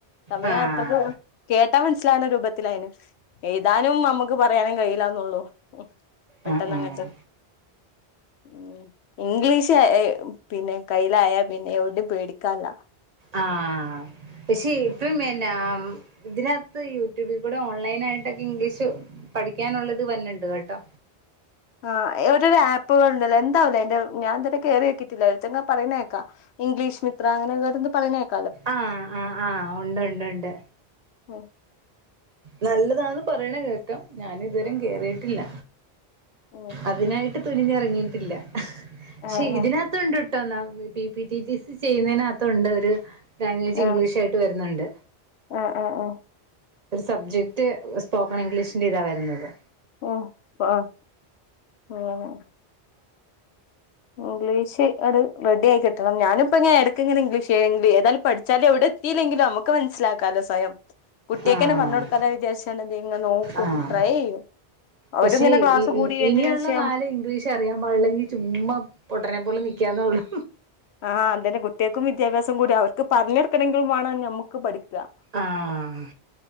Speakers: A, on the left; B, on the right.
A: തമിഴാ
B: ആഹ്
A: അത്രയ്ക്ക് കേട്ടാ മനസ്സിലാവുന്ന രൂപത്തിലായിന് എഴുതാനും നമ്മക്ക് പറയാനും കഴിയില്ലാന്നൊള്ളൂ പെട്ടെന്ന്
B: ആഹ് ആഹ്
A: അങ്ങനത്തെ ഉം ഉം ഇംഗ്ലീഷ് ഏഹ് പിന്നെ കയ്യിലായാ പിന്നെ എവിടേം പേടിക്കാല്ലാ
B: ആഹ് പക്ഷെ ഇപ്പഴും എൻ നാം ഇതിനകത്ത് യൂട്യൂബിൽ കൂടെ ഓൺലൈൻ ആയിട്ടൊക്കെ ഇംഗ്ലീഷ് പഠിക്കാനുള്ള ഇത് വന്നൊണ്ട് കേട്ടോ
A: ആഹ് ഓരോരോ ആപ്പുകൾ ഉണ്ടല്ലോ എന്താവൂല്ലേ അയിന്റെ ഞാൻ ഇത് വരെ കേറി നോക്കീട്ടില്ലാ ഒരോരുത്തര്ങ്ങനെ പറയുന്നേക്കാ ഇംഗ്ലീഷ്മിത്ര അങ്ങെനെയൊക്കെ ഓരോന്ന് പറയണ കേക്
B: ആഹ് ആഹ് ആഹ് ഒണ്ട് ഒണ്ട് ഒണ്ട്
A: ഓഹ്
B: നല്ലതാന്ന് പറയണ കേക്കാം ഞാന് ഇതുവരേം കേറിയിട്ടില്ല
A: ഉം
B: അതിനായി ട്ട് തുനിഞ്ഞെറങ്ങിയിട്ടില്ല പക്ഷെ
A: ആഹ്
B: ഇതിനാത്ത്
A: ആഹ്
B: ത്തുണ്ട്ട്ടോന്നാ പി പിടി ടി സി ചെയ്യുന്നതിനകത്തുണ്ടൊരു ലാംഗ്വേജ്
A: ആഹ്
B: ഇംഗ്ലീഷ് ആയിട്ട് വരുന്നുണ്ട്
A: ആഹ് ആഹ് ആഹ്
B: ഒരു സബ്ജക്ട് സ്പോക്കൺ ഇംഗ്ലീഷിന്റെ ഇതാ വരുന്നത്
A: ഓഹ് ആഹ് അങ്ങനെ ഇംഗ്ലീഷ് ആട് റെഡി ആയി കിട്ടണം ഞാനിപ്പോ ഇങ്ങനെ എടക്കിങ്ങനെ ഇംഗ്ലീഷ് <unintelligible> ഏതാലും പഠിച്ചാലെവിടെ ത്തീല്ലെങ്കിലും നമുക്ക് മനസ്സിലാക്കാലോ സ്വയം കുട്ട്യാക്കന്നെ
B: ആഹ്
A: പറഞ്ഞു കൊടുക്കാതെ വിചാരിച്ചലെന്തേങ്കും നോക്കും
B: ആഹ്
A: ട്രൈ ചെയ്യും. അവരും
B: പക്ഷെ
A: ഇങ്ങനെ ക്ലാസ്
B: ഇ
A: കൂടി
B: ഇ
A: വരുന്നതിനനുസരിച്ച്
B: ഇനിയുള്ള
A: ഞം
B: കാലം ഇംഗ്ലീഷ് ക്ക്അറിയാൻ പാടില്ലങ്കി ചുമ്മാ പൊട്ടനെ പോലെ നിക്കാന്നേ ഉള്ളൂ.
A: ആഹ് അതന്നെ കുട്ട്യാൾക്കും വിദ്യാഭ്യാസം കൂടി അവർക്ക് പറഞ്ഞൊടുക്കണങ്കിലും വാണം നമ്മുക്ക് പഠിക്കാ.
B: ആഹ്